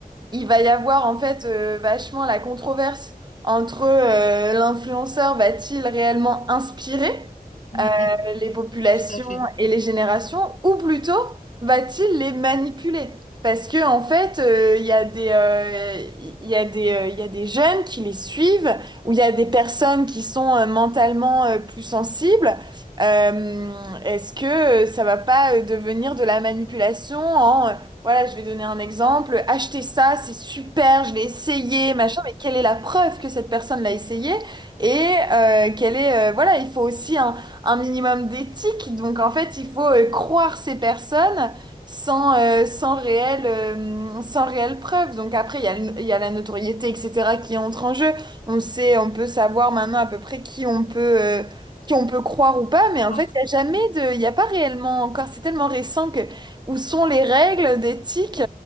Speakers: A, on the right; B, on the left.
A: il va y avoir en fait euh, vachement la controverse entre euh, l'influenceur va-t-il réellement inspirer
B: mm,
A: euh,
B: mm, mm.
A: les populations
B: Tout à fait.
A: et les générations, ou plutôt va-t-il les manipuler? Parce que en fait, euh, il y a des, euh, il y a des, euh, il y a des jeunes qui les suivent, ou il y a des personnes qui sont euh, mentalement euh, plus sensibles. Euh, est-ce que euh, ça va pas euh, devenir de la manipulation en, euh, voilà, je vais donner un exemple, acheter ça, c'est super, je l'ai essayé, machin, mais quelle est la preuve que cette personne l'a essayé? Et euh, quelle est, euh, voilà, il faut aussi un un minimum d'éthique. Donc en fait, il faut euh, croire ces personnes sans, euh, sans réelle, euh, sans réelle preuve. Donc après, il y a, le- il y a la notoriété, etc., qui entre en jeu. On sait, on peut savoir maintenant à peu près qui on peut, euh, qui on peut croire ou pas, mais en
B: voir.
A: fait, il n'y a jamais de, il n'y a pas réellement encore, c'est tellement récent que, où sont les règles d'éthique?